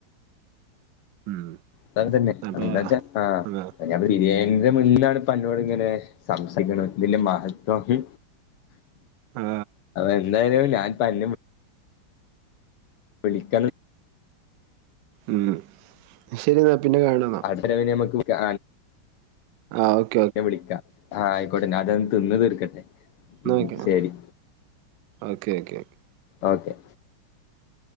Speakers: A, on the right; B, on the left.
A: ഉം
B: അതങ്ങൻതന്നാ
A: അപ്പൊ
B: അത് എന്താച്ചാ ആഹ്
A: ആ
B: ഞാ ബിരിയാണിൻ്റെ മുന്നിലാണ് പ്പ അന്നോട് ഇങ്ങനെ സംസാരിക്കണത്. പിന്നെ മഹത്യാഹി
A: ആ
B: എന്തായാലും ഞാൻ പറഞ്ഞു വിളിക്ക
A: ഉം ശരി ന്നാ പിന്ന കാണന്ന.
B: അത്ര വലിയ നമുക്ക് ക
A: ആഹ്
B: പിന്നെ വിളിക്കാ ആഹ് അയിക്കോട്ടെ ഞാ ഇതൊന്ന് തിന്ന് തീർക്കട്ടെ
A: എന്നാ
B: ഉം
A: ഓക്കെ
B: ശെരി.
A: ഓക്കെ ക്കെ ക്കെ
B: ഓക്കെ